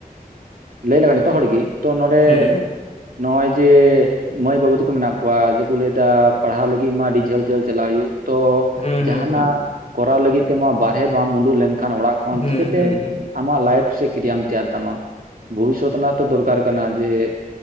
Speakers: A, on the right (about 65°); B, on the left (about 45°).
A: ᱞᱟᱹᱭ ᱞᱮᱠᱷᱟᱱ ᱡᱚᱛᱚ ᱦᱚᱲᱜᱮ ᱛᱚ ᱱᱚᱰᱮ
B: ᱦᱩᱸ
A: ᱱᱚᱜᱼᱚᱭ ᱡᱮ ᱢᱟᱹᱭ ᱵᱟᱹᱵᱩ ᱛᱟᱠᱚ ᱢᱮᱱᱟᱜ ᱠᱚᱣᱟ ᱡᱮᱠᱚ ᱞᱟᱹᱭ ᱮᱫᱟ ᱯᱟᱲᱦᱟᱜ ᱞᱟᱹᱜᱤᱫ ᱢᱟ ᱟᱹᱰᱤ ᱡᱷᱟᱹᱞ ᱡᱷᱟᱹᱞ ᱪᱟᱞᱟᱜ ᱦᱳᱭᱳᱜ ᱛᱚ
B: ᱦᱩᱸ
A: ᱡᱟᱦᱟ
B: ᱦᱩᱸ ᱦᱩᱸ
A: ᱱᱟᱜ ᱠᱚᱨᱟᱣ ᱞᱟᱹᱜᱤᱫ ᱛᱮᱢᱟ ᱵᱟᱦᱨᱮ ᱵᱟᱢ ᱩᱰᱩᱠ ᱞᱮᱱᱠᱷᱟᱱ ᱚᱲᱟᱜ ᱠᱷᱚᱱ
B: ᱦᱩᱸ
A: ᱪᱤᱠᱟᱹᱛᱮ
B: ᱦᱩᱸ ᱦᱩᱸ
A: ᱟᱢᱟᱜ ᱞᱟᱭᱤᱯᱷ ᱥᱮ ᱠᱨᱤᱭᱟᱢ ᱛᱮᱭᱟᱨ ᱛᱟᱢᱟ ᱵᱷᱚᱵᱤᱥᱚᱛ ᱨᱮᱱᱟᱜ ᱛᱚ ᱫᱚᱨᱠᱟᱨ ᱠᱟᱱᱟ ᱡᱮ